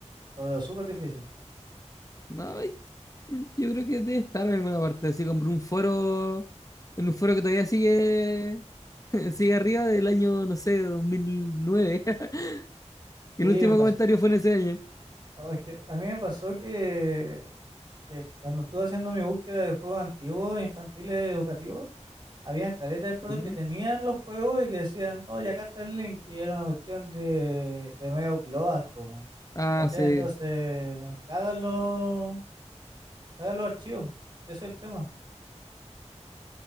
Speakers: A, on the right; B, on the left.
A: Lo veo súper difícil.
B: No, ay, yo creo que debe estar en alguna parte. Así compré un foro, en un foro que todavía sigue, <laughs> sigue arriba del año, no sé, 2009. <laughs> que
A: Sí,
B: el último
A: me pasó.
B: comentario fue en ese año.
A: oh, es que a mí me pasó que, que cuando estuve haciendo mi búsqueda de juegos antiguos, infantiles, educativos, había caleta de foros
B: Ujú.
A: que tenían los juegos y que decían, oye, acá está el link, y era una cuestión de, de mega upload, po, weón.
B: Ah,
A: ¿cachai?
B: sí,
A: Entonces, cagan los, cagan los archivos, ese es el tema,